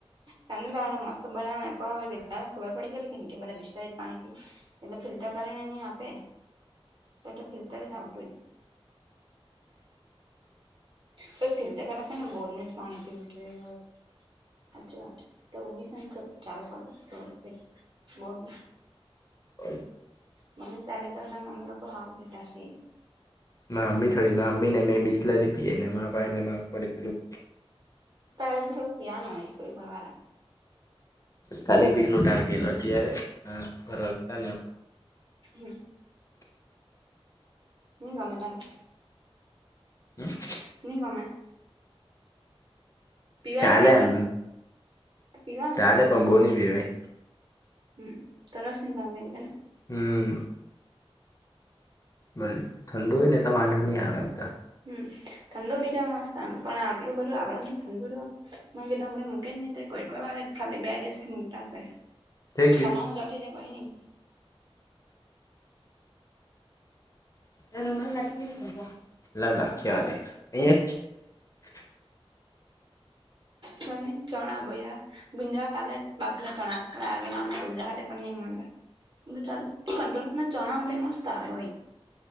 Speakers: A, on the right; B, on the left.
A: તમને પલાને મસ્ત બલાને ખબર પડી ગેલી કે નઈ કે બધા બિસ્લરી પાણી પી એટલે ફિલ્ટર કરીને નહી આપે તો એટલે ફિલ્ટર જ આવતું. તોય ફીલતે કર છે ને બોરનું જ પાણી પીવું જોઈએ હોય સાચી વાત. તો ઓબીસન થોડુ ચાલુ કરતા થોડુ બોરનું.
B: હોય.
A: મને તારે તો તો અમે લોકો હારું પીતા હશે.
B: મા અમ્મી થોડી મા અમી ને મેં બિસલરી પીએ ને મા ભાઈ ને માપ પડે પેલું
A: તારે થોડું કયા નઈ હોય કોઈ પણ વાળા
B: કાલે પીટલો ટાગે લો અત્યારે ફરવા તા ને
A: હમ્મ ની ગમે તને.
B: હમ્મ.
A: ની ગમે. પીવાય
B: ચાલે
A: કે ભાઈ
B: એમ.
A: તો પીવાનું
B: ચાલે પણ બોની પીવાય.
A: હમ્મ તરસ નિ ભાંગે એમ.
B: હમ્મ. ભલે ઠંડોને ત તો વાંધો ની આ આવેે એમ તો
A: હમ્મ ઠંડુ બીજા મસ્તમ પણ આટલું બધું આપડા ઠંડુ તો હમે મૂકે જ નહિ કો ખાલી બે દિવથી મુકતા હશે
B: થઈ ગયું
A: તમહો જલથી જ પહી
B: અ લખ્યા હલે અહિયા જ
A: પણ ચણા ભૈરા ગુંજકાલ બાફીલા તણકલા ગે ગુંજાટ પણ ની મલે ચાલ એ કંટ ના ચણા અમડે મસ્ત આવ્યો હોય